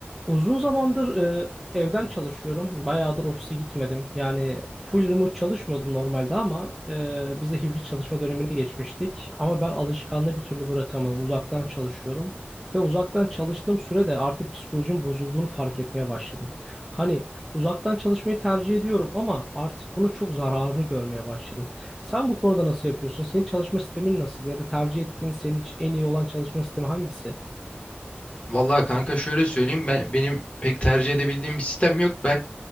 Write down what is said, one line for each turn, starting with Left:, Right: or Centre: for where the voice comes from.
Centre: Uzun zamandır e, evden çalışıyorum. Bayağıdır ofise gitmedim. Yani full remote çalışmıyordum normalde ama e, bize hibrit çalışma dönemine geçmiştik. Ama ben alışkanlığı bir türlü bırakamadım. Uzaktan çalışıyorum. Ve uzaktan çalıştığım sürede artık psikolojim bozulduğunu fark etmeye başladım. Hani uzaktan çalışmayı tercih ediyorum ama artık bunun çok zararını görmeye başladım. Sen bu konuda nasıl yapıyorsun? Senin çalışma sistemin nasıl? Ya da tercih ettiğin senin için en iyi olan çalışma sistemi hangisi?
Left: Vallahi kanka şöyle söyleyeyim ben benim pek tercih edebildiğim bir sistem yok. Ben